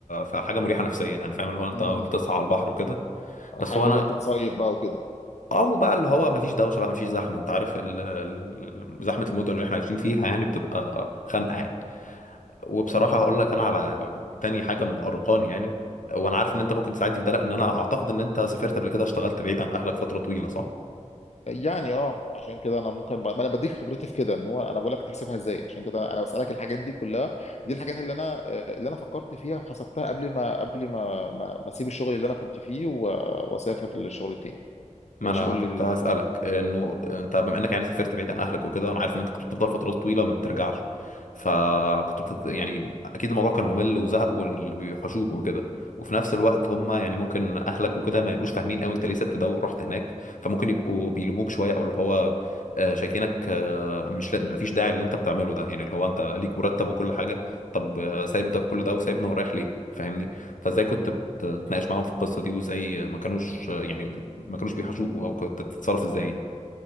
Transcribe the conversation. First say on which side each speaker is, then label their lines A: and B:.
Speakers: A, on the left; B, on the left.
A: فحاجه مريحه نفسيا يعني فاهم اللي هو انت
B: مم.
A: بتصحى على البحر وكده بس
B: حابب
A: هو انا
B: انت تصيف بقى وكده
A: او بقى اللي هو مفيش دوشه بقى مفيش زحمه انت عارف ال... ال- زحمه المدن اللي احنا عايشين فيها يعني بتبقى خانقه يعني وبصراحه هقول لك انا على تاني حاجه مؤرقاني يعني وانا عارف ان انت ممكن تساعدني في ده لان انا اعتقد ان انت سافرت قبل كده اشتغلت بعيد عن اهلك فتره طويله صح
B: يعني اه عشان كده انا ممكن ب... انا بديك خبرتي في كده ان هو انا بقول لك تحسبها ازاي عشان كده انا أنا بسالك الحاجات دي كلها دي الحاجات اللي انا آه، اللي انا فكرت فيها وحسبتها قبل ما قبل ما ما, ما اسيب الشغل اللي انا كنت فيه و... واسافر للشغل التاني
A: ما
B: ماشي
A: انا
B: قول
A: كنت
B: لي
A: هسألك انه انت بما انك يعني سافرت بعيد عن اهلك وكده انا عارف ان انت كنت بتفضل فترات طويلة ما بترجعش فكنت بتت... يعني اكيد الموضوع كان ممل وزهق واللي بيوحشوك وكده وفي نفس الوقت هم يعني ممكن اهلك وكده ما يبقوش فاهمين قوي انت ليه سبت ده ورحت هناك فممكن يبقوا بيلوموك شوية او اللي هو آه، شايفينك آه، مش لا ما فيش داعي اللي انت بتعمله ده يعني اللي هو انت ليك مرتب وكل حاجة طب آه، سايب ده وكل ده وسايبنا ورايح ليه فاهمني فازاي كنت بتتناقش معاهم في القصة دي وازاي ما كانوش آه، يعني ما كانوش بيحاسبوه او كنت تتصرف ازاي يعني.